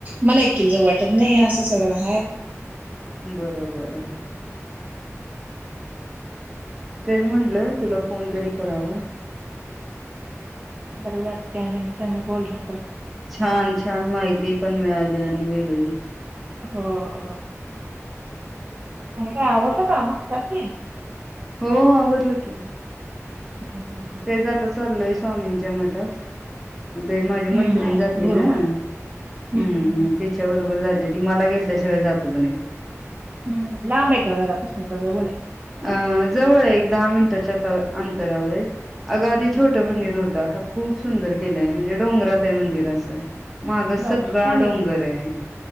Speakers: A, on the right (about 30°); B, in the centre.
A: मला एकटिला जावू वाटत नाही आसस. सगळ हाय.
B: बरोबर हय. तेच म्हंटलं, तुला फोन तरी करावा.
A: बर झालं, त्या निमित्तानं बोलण
B: छान छान माहिती पण, मिळाली आणि वेगळी
A: हो, हो. आणि काय आवरलं. काम घरातली.
B: हो आवरडलं की.
A: हम्म हम्म हम्म.
B: तेच आात चाललंय चवमींच्या मटर ते माझी
A: हम्म,
B: मैत्रिण
A: आज
B: जाते
A: गुरुवार
B: ना हम्
A: हम्म हम्म हम्म.
B: तिच्या बरोबर जाते. ते ती मला घेतल्याशिवाय जातच नाही.
A: हम्म लांब आहे का घरापासून का जवळ हाय?
B: अ जवळ आहे, एक दहा मिनिटाच्या अंतरावरआहे. अगाधी छोटं
A: हम्म,
B: मंदिर होत. आता खूप सुंदर केलंय म्हणजे डोंगरात आहे मंदिर असं. मागं
A: बापरे
B: सगळा
A: छान आहे
B: डोंगर
A: की.
B: आहे.